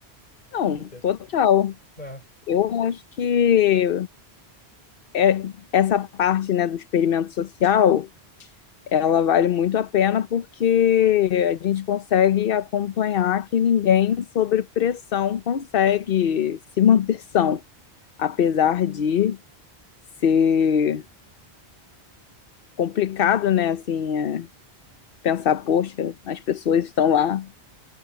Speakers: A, on the left (about 60°); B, on the left (about 40°).
A: não,
B: Se você,
A: total.
B: é,
A: Eu acho que é, essa parte, né, do experimento social, ela vale muito a pena porque a gente consegue acompanhar que ninguém sobre pressão consegue se manter são, apesar de ser complicado, né, assim, é, pensar, poxa, as pessoas estão lá